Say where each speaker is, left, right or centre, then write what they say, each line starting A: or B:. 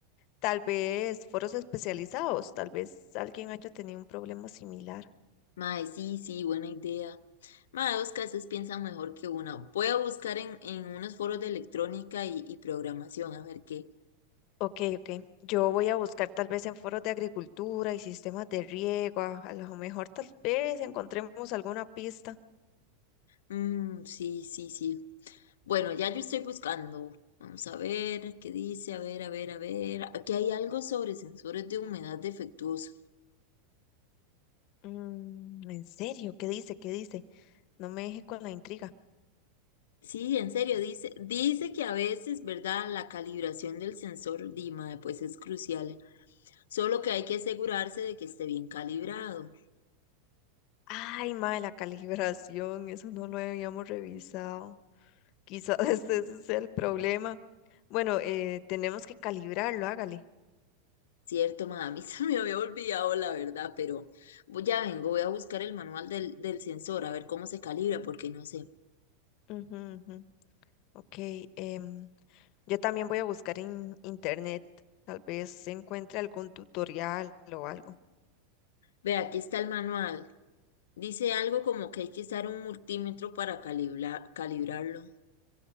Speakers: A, on the left; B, on the left.
A: tal vez foros especializados, tal vez alguien haya tenido un problema similar.
B: Ma, sí, sí, buena idea. Mae, Oscar, ustedes piensan mejor que una. Voy a buscar en, en unos foros de electrónica y, y programación, a ver qué.
A: Ok, ok. Yo voy a buscar tal vez en foros de agricultura y sistemas de riego. A a lo mejor tal vez encontremos alguna pista.
B: Mm, sí, sí, sí. Bueno, ya yo estoy buscando. Vamos a ver qué dice, a ver, a ver, a ver. Aquí hay algo sobre sensores de humedad defectuoso.
A: Mm, ¿en serio? ¿Qué dice? ¿Qué dice? No me deje con la intriga.
B: Sí, en serio, dice, dice que a veces, ¿verdad? La calibración del sensor Dima, pues es crucial. Solo que hay que asegurarse de que esté bien calibrado.
A: Ay, madre, la calibración, eso no lo habíamos revisado. Quizás <laughs> ese ese sea el problema. Bueno, eh, tenemos que calibrarlo, hágale.
B: Cierto, ma, a mí <laughs> se me había olvidado la verdad, pero voy- ya vengo, voy a buscar el manual del, del sensor, a ver cómo se calibra, porque no sé.
A: Ujú, ujú. Ok, em, yo también voy a buscar en internet. Tal vez se encuentre algún tutorial o algo.
B: Ve, aquí está el manual. Dice algo como que hay que usar un multímetro para calibrar, calibrarlo.